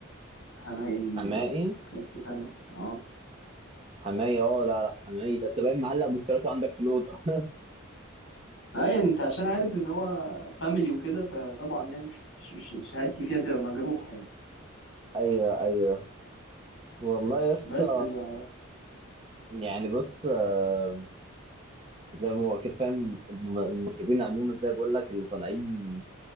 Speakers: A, on the left (about 60°); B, on the right (about 30°).
A: حماقي
B: حماقي
A: في حتة تانية اه
B: حماقي اه لا لا حماقي ده انت باين معلق بوسترات عندك في الاوضه
A: لا يعني انت عشان عارف ان هو فاميلي وكده فطبعا يعني ش- ش- شهادتي فيها تبقى مجروحة يعني
B: <laughs> ايوه ايوه والله يا اسطى
A: بس ف-
B: يعني بص آه، زي ما هو كده فاهم الم- المطربين عموما زي بقول لك اللي طالعين